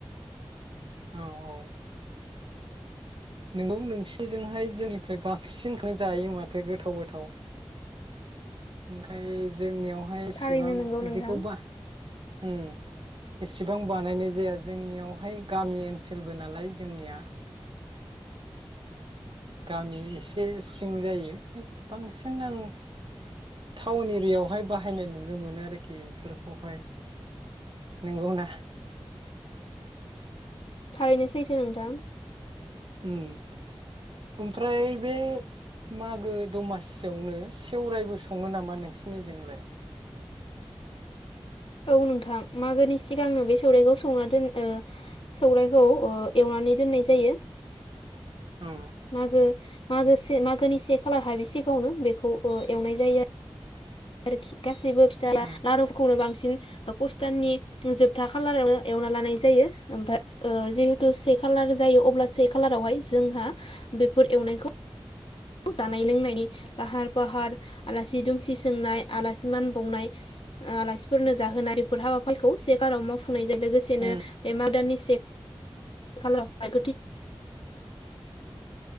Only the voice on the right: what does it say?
औ औ। नोंगौ नोंसिजोंहाय जोंनिफ्राय बांसिनखौनो जायो माथो गोथाव गोथाव ओंखाय जोंनियावहाय इसेबां
बिदिखौ बा उम एसेबां बानायनाय जाया जोंनियावहाय गामि ओनसोलबो नालाय जोंनिया। गामि एसे सिं जायो बांसिन आं टाउन एरियावहाय बा हायनाय नुनो मोनो आरखि बेफोरखौहाय नंगौना?
उम ओमफ्राय बे मागो दमासियावनो सेवराइबो सङो नामा नोंसिनिजोंलाय?
उम
उम
उम